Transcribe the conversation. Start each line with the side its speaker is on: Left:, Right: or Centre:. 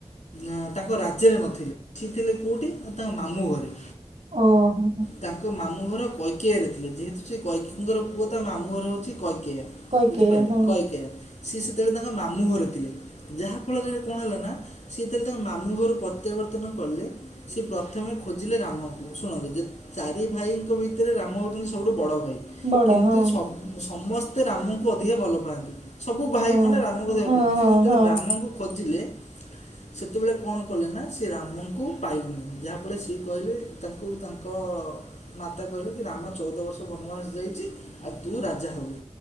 Left: ଆଁ ତାଙ୍କ ରାଜ୍ୟରେ ନଥିଲେ। ସି ଥିଲେ କୋଉଠି ନା ତାଙ୍କ ମାମୁଁ ଘରେ।
Right: ଓ ହୋ
Left: ତାଙ୍କ ମାମଁ ଘର କୈକିୟରେ ଥିଲେ ଯେହେତୁ ସେ କୈକିଙ୍କର ପୁଅ ତାଙ୍କ ମାମୁଁ ଘର ହେଉଛି କୈକେୟା।
Right: କୈକେୟୀ
Left: ବୁଝିପାରିଲେ
Right: ହଁ
Left: କୈକିୟ ସିଏ ସେତେବେଳେ ତାଙ୍କ ମାମୁଁ ଘରେ ଥିଲେ। ଯାହାଫଳରେ କଣ ହେଲା ନା ସିଏ ତାହେଲେ ତାଙ୍କ ମାମୁଁ ଘରୁ ପ୍ରତ୍ୟାବର୍ତ୍ତନ କଲେ ସିଏ ପ୍ରଥମେ ଖୋଜିଲେ ରାମକୁ ଶୁଣନ୍ତୁ ଯେ ଚାରି ଭାଇଙ୍କ ଭିତରେ ତରେ ରାମ ହେଉଛନ୍ତି ସବୁଠୁ ବଡ଼ ଭାଇ
Right: ବଡ
Left: କିନ୍ତୁ
Right: ହଁ।
Left: ସମ ସମସ୍ତ ତେ ରାମଙ୍କୁ ଅଧିକ ଭଲ ପାଆନ୍ତି। ସବୁ ଭାଇମାନେ
Right: ହଁ
Left: ରାମକୁ ଦେହ
Right: ହଁ
Left: ପ୍ରତି
Right: ହଁ
Left: ସେ ଯେତେବେଳେ
Right: ହଁ
Left: ରାମଙ୍କୁ ଖୋଜିଲେ ସେତେବେଳେ କଣ କଲେ ନା ସେ ରାମଙ୍କୁ ପାଇଲେନି ଯାହାଫଳରେ ସିଏ କହିଲେ ତାଙ୍କୁ ତାଙ୍କ ମାତା କହିଲେ କି ରାମ ଚଉଦ ବର୍ଷ ବନବାସ ଯାଇଛି ଆଉ ତୁ ରାଜା ହବୁ।